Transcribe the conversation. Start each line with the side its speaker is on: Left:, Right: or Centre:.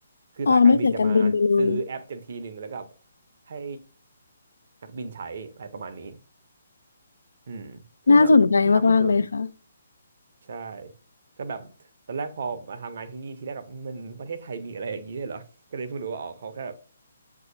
Right: คือสายการบินจะมาซื้อแอปจำทีหนึ่งแล้วก็
Left: อ๋อไม่ใส่การบินไปเลย
Right: ให้นักบินใช้อะไรประมาณนี้อืมซึ่งแบบที่ทำก็คือ
Left: น่าสนใจมากๆเลยค่ะ
Right: ใช่ก็แบบตอนแรกพอมาทำงานที่นี่ทีแรกแบบมันประเทศไทยมีอะไรอย่างนี้ด้วยเหรอ <laughs> ก็เลยเพิ่งรู้ว่าอ๋อเขาแค่แบบ